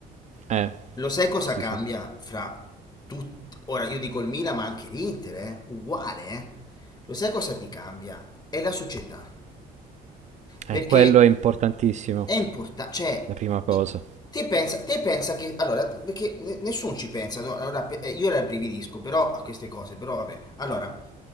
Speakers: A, on the right (about 45°); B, on the left (about 25°).
A: Eh,
B: Lo sai cosa
A: sì,
B: cambia
A: sì.
B: fra tutti? Ora io dico il Milan, ma anche l'Inter, eh? uguale. eh. Lo sai cosa ti cambia? È la società. Perché
A: Eh, quello è importantissimo,
B: è importante, cioè,
A: la prima cosa,
B: i- te pensa, te pensa che, allora, perché ne- nessuno ci pensa, no? Allora, pe- eh, io rabbrividisco però a queste cose, però vabbè. Allora,